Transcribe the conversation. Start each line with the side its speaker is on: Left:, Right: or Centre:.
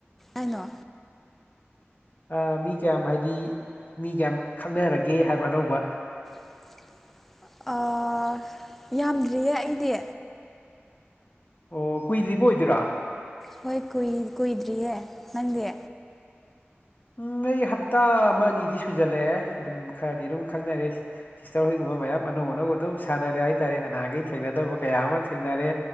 Centre: ꯑꯥꯏꯅꯣ
Left: ꯑꯥ ꯃꯤ ꯀꯌꯥꯝ ꯍꯥꯏꯗꯤ ꯃꯤ ꯀꯌꯥꯝ ꯈꯪꯅꯔꯒꯦ ꯍꯥꯏꯕ ꯑꯅꯧꯕ
Centre: <inaudible> ꯑꯥ ꯌꯥꯝꯗ꯭ꯔꯤꯌꯦ ꯑꯩꯗꯤ
Left: ꯑꯣ ꯀꯨꯏꯗ꯭ꯔꯤꯕ ꯑꯣꯏꯗꯣꯏꯔꯥ
Centre: ꯍꯣꯏ ꯀꯨꯏ ꯀꯨꯏꯗ꯭ꯔꯤꯌꯦ ꯅꯪꯗꯤ
Left: ꯎꯝ ꯑꯩ ꯍꯞꯇꯥ ꯑꯃ ꯑꯅꯤꯗꯤ ꯁꯨꯖꯜꯂꯛꯑꯦ ꯑꯗꯨꯝ ꯈꯔꯗꯤ ꯑꯗꯨꯝ ꯈꯪꯅꯔꯦ ꯁꯤꯁꯇꯔ ꯍꯣꯏꯒꯨꯝꯕ ꯃꯌꯥꯝ ꯑꯅꯧ ꯑꯅꯧꯕ ꯑꯗꯨꯝ ꯁꯥꯟꯅꯔꯦ ꯍꯥꯏ ꯇꯔꯦ ꯅꯍꯟꯉꯩ ꯊꯦꯡꯅꯗꯕ ꯀꯌꯥ ꯑꯃ ꯊꯦꯡꯅꯔꯦ